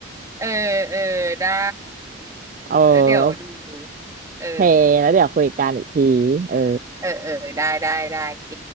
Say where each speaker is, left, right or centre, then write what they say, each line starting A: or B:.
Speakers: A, on the right; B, on the right.
A: เออเออได้
B: เออ
A: แล้วเดี๋ยวดูเออ
B: โอเคแล้วเดี๋ยวคุยกันอีกทีเออ
A: เออเออได้ได้ได้โอเค